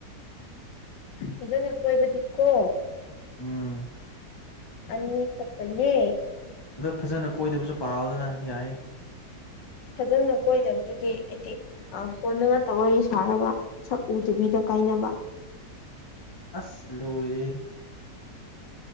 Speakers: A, on the left; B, on the left.
A: ꯐꯖꯅ ꯀꯣꯏꯕꯗꯤ ꯀꯣ
B: ꯎꯝ
A: ꯑꯅꯤ ꯈꯇꯅꯦ
B: ꯑꯗꯣ ꯐꯖꯅ ꯀꯣꯏꯗꯕꯁꯨ ꯄꯥꯎꯑꯣꯗꯅ ꯌꯥꯏ
A: ꯐꯖꯅ ꯀꯣꯏꯗꯕꯗꯨꯗꯤ ꯑꯩꯗꯤ ꯐꯣꯟꯗ ꯉꯥꯛꯇ ꯋꯥꯔꯤ ꯁꯥꯔꯒ ꯁꯛ ꯎꯗꯕꯤꯗ ꯀꯥꯏꯅꯕ
B: ꯑꯁ ꯂꯣꯏꯔꯦ